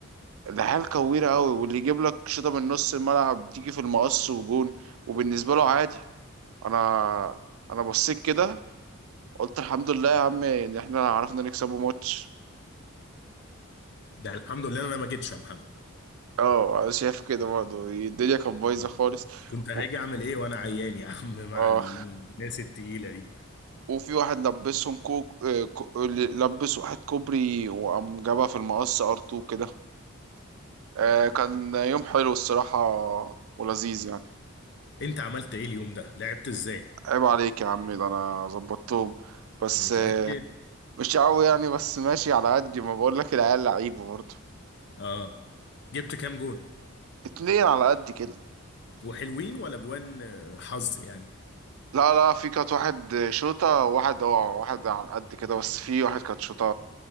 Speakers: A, on the right; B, on the left.
A: ده حال كويرة قوي واللي يجيب لك شوطة من نص الملعب تيجي في المقص وجون وبالنسبة له عادي انا انا بصيت كده قلت الحمد لله يا عم ان احنا عرفنا نكسبه ماتش
B: ده الحمد لله انا ما جيتش يا محمد
A: اه انا شايف كده برضه الدنيا كانت بايظة
B: اه
A: خالص
B: كنت
A: و...
B: هاجي اعمل ايه وانا عيان يا عم <laughs> مع
A: اه
B: الناس التقيلة دي
A: وفي واحد لبسهم كوك آه، كو... اللي لبس واحد كوبري وقام جابها في المقص ار 2 كده آه، كان يوم حلو الصراحة ولذيذ يعني
B: انت عملت ايه اليوم ده لعبت ازاي
A: عيب عليك يا عم ده انا ظبطتهم بس
B: متأكد
A: آه، مش قوي يعني بس ماشي على قد ما بقول لك العيال لعيبه برضه
B: اه جبت كام جون
A: اتنين على قد كده
B: وحلوين ولا جوان آه، حظ يعني
A: لا لا في كانت واحد شوطة واحد اه واحد على قد كده بس في واحد كانت شوطة